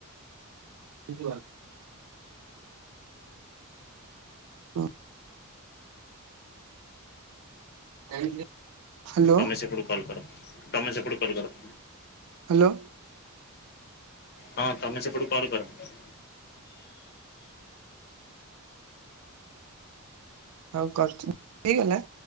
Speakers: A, on the right; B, on the left.
A: <unintelligible> ହୁଁ <unintelligible> ହ୍ୟାଲୋ
B: ତମେ ସେପଟୁ କଲ୍ କର, ତମେ ସେପଟୁ କଲ୍ କର।
A: ହ୍ୟାଲୋ।
B: ହଁ ତମେ ସେପଟୁ କଲ କର।
A: ହଁ କରୁଚି ହେଇଗଲା।